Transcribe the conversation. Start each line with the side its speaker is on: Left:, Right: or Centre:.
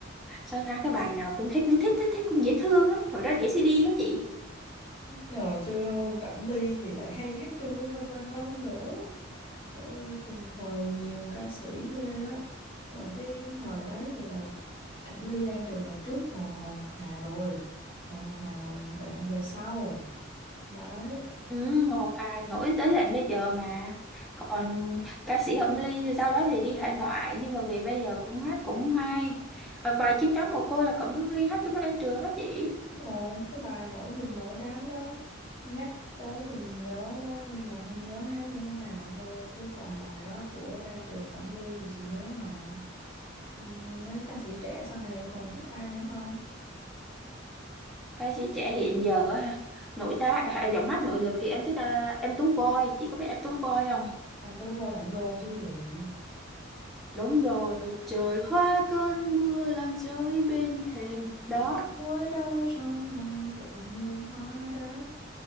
Centre: sao ta cái bài nào cũng thấy cũng thích thích thích cũng dễ thương ấy hồi đó đĩa CD á chị
Left: Thế hồi xưa Cẩm Ly thì lại hay hát chung với Văn Quang Long nữa. Ôi, cùng thời nhiều ca sĩ ghê á. Rồi cái thời đấy thì là Cẩm Ly Đan Trường là trước Hồ Ngọc Hà rồi. Hồ Ngọc Hà là đoạn về sau. Đấy.
Centre: ừ, hoặc là nổi tới tận bây giờ mà còn ca sĩ Cẩm Ly thì sau đó thì đi hải ngoại nhưng mà về bây giờ cũng hát cũng hay Ờ, bài chim trắng mồ côi là Cẩm Ly hát cho mấy anh trường đó chị
Left: Rồi, cái bà nổi đình nổi đám đó nhắc tới thì nhớ đó nhưng mà không nhớ hát như thế nào thôi chứ còn bài đó của Đan Trường Cẩm Ly thì chị nhớ mà Ừ, mấy ca sĩ trẻ sau này em còn thích ai nữa không
Centre: ca sĩ trẻ hiện giờ á ha nội tá à, giọng hát nội lực thì em thích à, anh Tú Voi chị có biết anh Tú Voi không
Left: Anh Tú vô bản đôn chứ gì
Centre: đúng rồi trời hoa cơn mưa lăn rơi bên thềm đó
Left: Ngồi đâu trong lòng tự như hóa đá